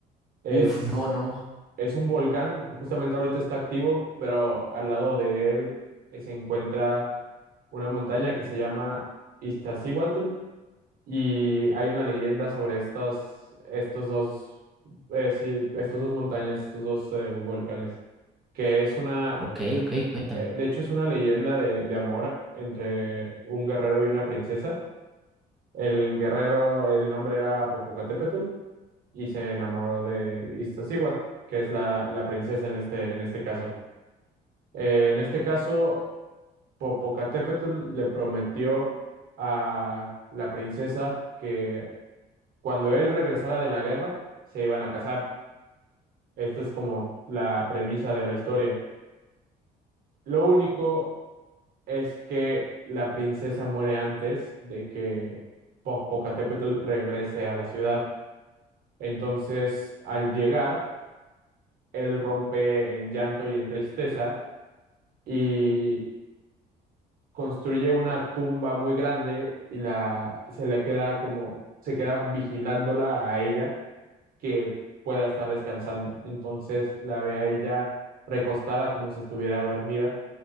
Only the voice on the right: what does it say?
Es,
es un volcán, justamente ahorita está activo, pero al lado de él eh, se encuentra una montaña que se llama Iztaccíhuatl y hay una leyenda sobre estas, estos dos, eh, sí, estos dos montañas, estos dos eh, volcanes, que es una
eh, De hecho, es una leyenda de, de amor entre un guerrero y una princesa. El guerrero, el nombre era Popocatépetl y se enamoró de Iztaccíhuatl, que es la, la princesa en este, en este caso. Eh, en este caso, Popocatépetl le prometió a la princesa que cuando él regresara de la guerra, se iban a casar. Esta es como la premisa de la historia. Lo único es que la princesa muere antes de que Po- Popocatépetl regrese a la ciudad. Entonces, al llegar, él rompe en llanto y en tristeza y construye una tumba muy grande y la se le queda como se queda vigilándola a ella que pueda estar descansando. Entonces la ve a ella recostada como si estuviera dormida